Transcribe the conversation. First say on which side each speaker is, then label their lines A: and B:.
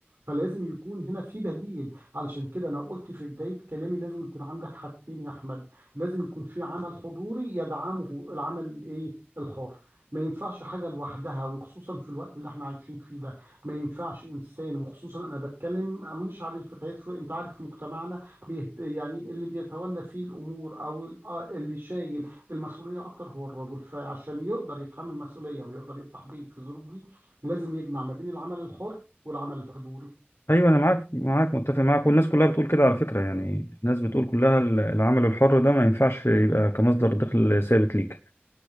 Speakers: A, on the right; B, on the left.
A: فلازم يكون هنا في بديل علشان كده انا قلت في بدايه كلامي لازم يكون عندك حاجتين يا احمد لازم يكون في عمل حضوري يدعمه العمل الايه الحر ما ينفعش حاجه لوحدها وخصوصا في الوقت اللي احنا عايشين فيه ده ما ينفعش انسان وخصوصا انا بتكلم مش عن الفتيات في انت عارف مجتمعنا بيهت... يعني اللي بيتولى فيه الامور او ال- آه اللي شايل المسؤوليه اكتر هو الرجل فعشان يقدر يتحمل مسؤوليه ويقدر يفتح بيت في الظروف دي لازم يجمع ما بين العمل الحر والعمل الحضوري
B: ايوه انا معاك معاك متفق معاك والناس كلها بتقول كده على فكره يعني الناس بتقول كلها ال- العمل الحر ده ما ينفعش يبقى كمصدر دخل ثابت ليك